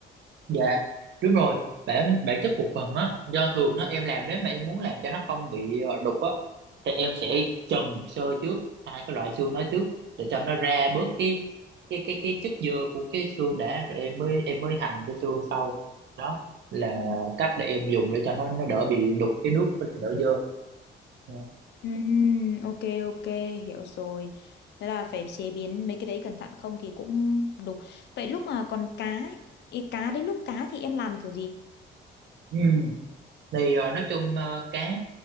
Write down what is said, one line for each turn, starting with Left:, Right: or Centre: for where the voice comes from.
Right: Dạ đúng rồi bản bản chất một phần á do thường á em làm nếu mà em muốn làm cho nó không bị ờ, đục á thì em sẽ trần sơ trước hai cái loại xương đó trước để cho nó ra bớt cái cái cái cái chất dơ của cái xương đã rồi em mới em mới hầm cái xương sau đó là
Left: Ừm,
Right: cách để em dùng để cho nó nó đỡ bị đục cái nước với lại đỡ dơ Dạ.
Left: Ừm, ok ok hiểu rồi. Thế là phải chế biến mấy cái đấy cẩn thận không thì cũng đục. Vậy lúc mà còn cá ấy, ý cá đấy lúc cá thì em làm kiểu gì?
Right: ừ. thì ờ, nói chung ờ, cá